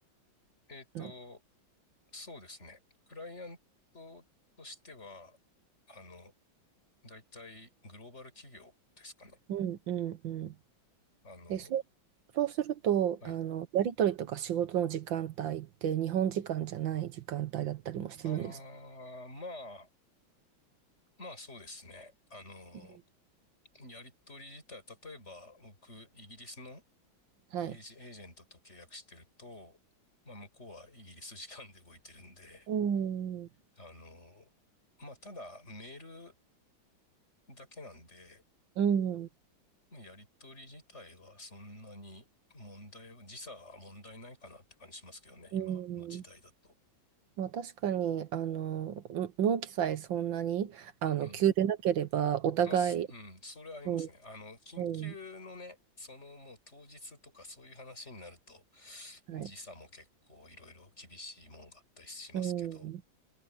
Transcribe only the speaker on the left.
えっと、
そうですね。クライアントとしては、あの、大体グローバル企業ですかね。
あの、
はい。
ああ、まあ、まあそうですね。あの、
やり取り自体、例えば僕、イギリスの
エージ、エージェントと契約してると、まあ向こうはイギリス時間で動いてるんで、
あの、まあただメールだけなんで、
やり取り自体はそんなに問題は、時差は問題ないかなって感じしますけどね、
今の時代だと。
うんうん
まあ、すうん、それはありますね。
あの、緊急のね、
そのもう当日とかそういう話になると、時差も結構いろいろ厳しいもんがあったりしますけど、